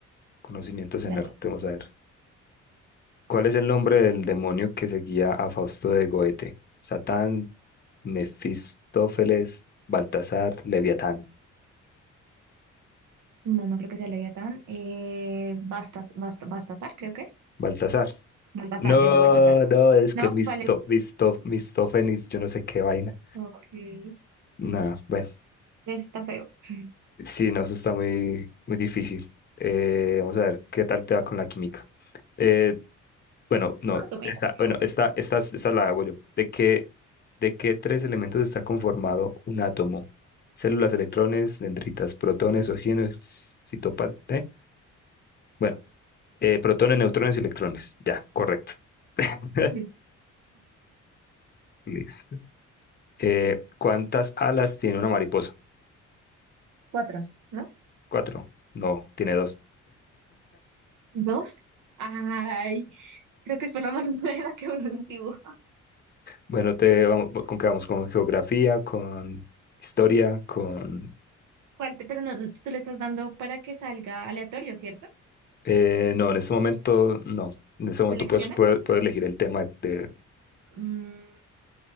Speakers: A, on the left; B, on the right.
A: conocimientos en
B: Dale.
A: arte, vamos a ver. ¿Cuál es el nombre del demonio que seguía a Fausto de Goethe? Satán, Mefistófeles, Baltasar, Leviatán.
B: No, no creo que sea Leviatán. Eh, Bastas, Bast- Bastasar, creo que es.
A: Baltasar.
B: Baltasar,
A: No,
B: eso, Baltasar.
A: no, es
B: No,
A: que Misto,
B: ¿cuál es?
A: Misto, Mistófenes, yo no sé qué vaina.
B: Ok, eso
A: No, bueno,
B: está feo. <laughs>
A: sí, no, eso está muy, muy difícil. Eh, vamos a ver, ¿qué tal te va con la química? Eh, Bueno, no,
B: Más o menos.
A: esta, bueno, esta, esta, esta la hago yo. ¿De qué, de qué tres elementos está conformado un átomo? Células, electrones, dendritas, protones, oxígenos, citopan, ¿eh? Bueno, eh, protones, neutrones y electrones. Ya, correcto. <laughs>
B: Es
A: Listo. Eh, ¿cuántas alas tiene una mariposa?
B: cuatro, ¿no?
A: Cuatro. No, tiene dos.
B: ¿Dos? Ay, creo que es por la mano <laughs> de la que uno los dibuja.
A: Bueno, te vamos, ¿con qué vamos? ¿Con geografía? ¿Con historia? ¿Con...?
B: ¿Cuál te- Pero no, no, tú le estás dando para que salga aleatorio, ¿cierto?
A: eh, no, en este momento no. En este momento
B: ¿Seleccionas?
A: puedes, puedes, puedes elegir el tema de-
B: Mm,